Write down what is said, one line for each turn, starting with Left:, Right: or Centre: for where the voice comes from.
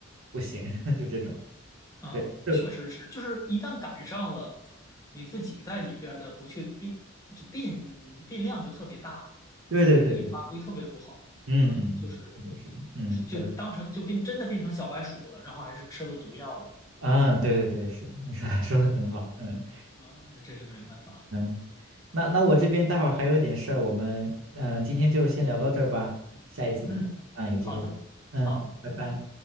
Right: 不行，<laughs> 就这种。
Left: 啊，
Right: 对，是
Left: 确实是，就是一旦赶上了，你自己在里边儿的不确定就变变量就特别大，
Right: 对对对对
Left: 就容易发挥特别不好啊，
Right: 嗯嗯嗯，
Left: 就是
Right: 是的，是的，嗯，
Left: 嗯，
Right: 你说的，
Left: 就当成就变真的变成小白鼠了，然后还是吃了毒药的。
Right: 嗯，对对对，是的，你说 <laughs> 说的很好，
Left: 嗯
Right: 嗯
Left: 啊，那真是没办法。
Right: 嗯，那那我这边待会儿还有点事儿，我们嗯、呃今天就先聊到这儿吧，下一次啊、
Left: 嗯，
Right: 有机会，
Left: 好的，
Right: 嗯，
Left: 好，
Right: 好，拜拜。
Left: 拜拜。